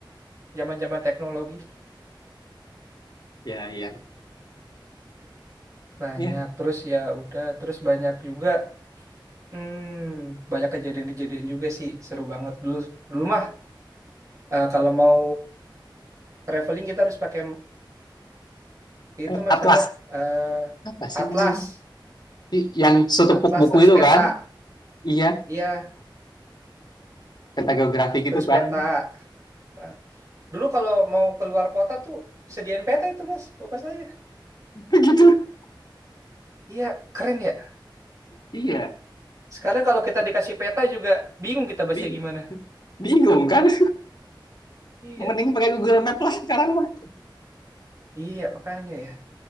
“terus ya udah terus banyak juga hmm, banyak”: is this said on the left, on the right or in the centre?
Right